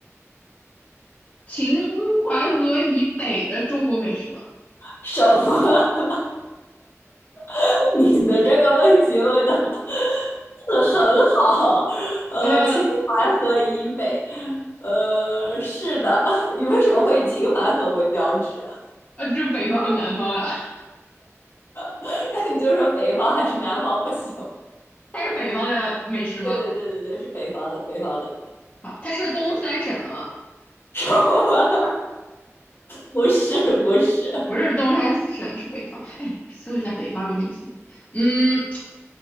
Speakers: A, on the left; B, on the left.
A: 秦淮河以北的中国美食吗？
B: 什么？<laughs> 你的这个问题问的 <laughs> 嗯很好，呃，
A: 呃
B: 秦淮河以北，呃，是的，<laughs> 你为什么会以秦淮河为标志啊？
A: 啊呃，这是北方和南方呀、<laughs>
B: <laughs> 那你就说北方还是南方不行？
A: 它是北方的美食吗？
B: 对对对对对，是北方的，北方的，
A: 好，它是东三省的吗？
B: <laughs> 说吧，不是不是，
A: 不是东三省，是北方。哎，搜一下北方有哪些？嗯，